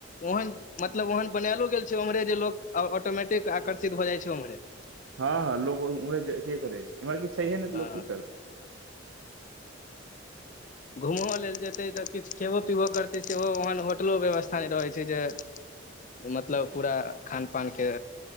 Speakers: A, on the left; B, on the right.
A: ओहन मतलब ओहन बनायलो गेल छै ओम्रे जे लो ऑटोमेटिकऽ आकर्षित भऽ जा छै ओम्हरे
B: हँ लोक उे करे छै इम्हर कि छैहे ने तऽ
A: हँ
B: लोक की करतै
A: घूमो लेलऽ जेतै तऽ किछु खेबो पीबो करतै सेहो ओहन होटलो व्यवस्था नहि रहैत छै जे मतलब पूरा खानपान के